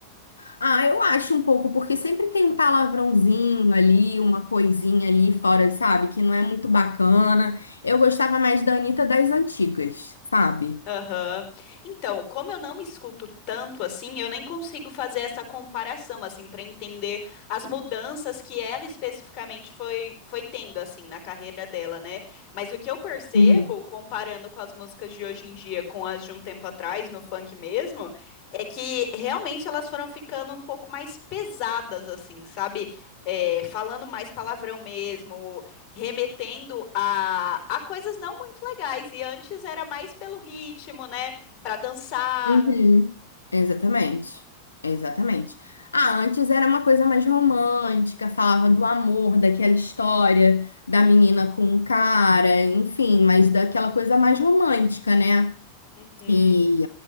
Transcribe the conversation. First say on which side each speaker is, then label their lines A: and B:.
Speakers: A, on the left (about 75°); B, on the left (about 35°).
A: Ah, eu acho um pouco, porque sempre tem um palavrãozinho ali, uma coisinha ali fora, sabe? Que não é muito bacana. Eu gostava mais da Anitta das antigas, sabe?
B: Aham. Então, como eu não escuto tanto assim, eu nem consigo fazer essa comparação assim para entender as mudanças que ela especificamente foi foi tendo assim na carreira dela, né? Mas o que eu percebo
A: Uhum.
B: comparando com as músicas de hoje em dia com as de um tempo atrás no funk mesmo, é que realmente elas foram ficando um pouco mais pesadas assim, sabe? É, falando mais palavrão mesmo, remetendo a, a coisas não muito legais. E antes era mais pelo ritmo, né? Pra dançar.
A: Uhum. Exatamente. Exatamente. Ah, antes era uma coisa mais romântica, falava do amor, daquela história da menina com o cara, enfim, mas daquela coisa mais romântica, né?
B: Uhum,
A: E,